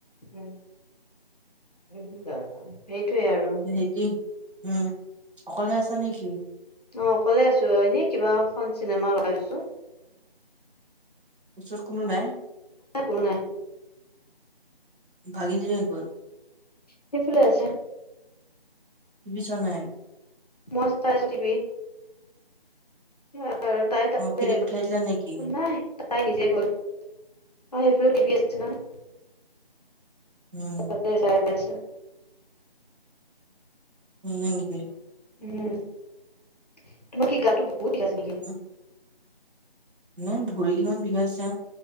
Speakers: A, on the left; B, on the right.
A: উম উ সেইটোৱে আৰু
B: হেতি উম অকলে আছা নেকি?
A: অঁ অকলে আছো এনে কিবা এখন চিনেমা লগাই থৈছো
B: ওচৰত কোনো নাই।
A: কোনো নাই
B: ভাগিন জনী কত গল?
A: সেইফালে আছে।
B: টি ভি চোৱা নাই
A: মই চাইছোঁ টি ভি <unintelligible> আৰু তাই তাতে
B: অ', খেদি পঠাই দিলা নেকি?
A: নাই তাই নিজেই গ'ল। অ সেইফালেও টিভি আছে নহয়।
B: উম,
A: তাতে চাই আছে। <inaudible>
B: <unintelligible>
A: উম তোমাৰ কি গাটো বহুত বিষাই আছে নেকি?
B: উম, নাই ভৰি কেইখন বিষাইছে।